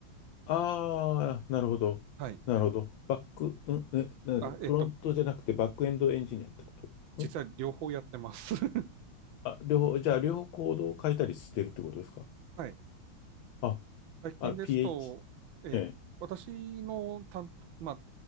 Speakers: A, on the left; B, on the right.
A: ああ、なるほど。
B: はい。
A: なるほど。バック、うん、え、なんだフロントじゃなくてバックエンドエンジニアってことん
B: あ、えっと、実は両方やってます。<laughs>
A: あ、両方、じゃあ両方コードを変えたりしてるってことですか
B: はい。
A: あ、
B: 最近ですと、
A: あ、PH、
B: えー私の担当、
A: ええ、
B: まあ、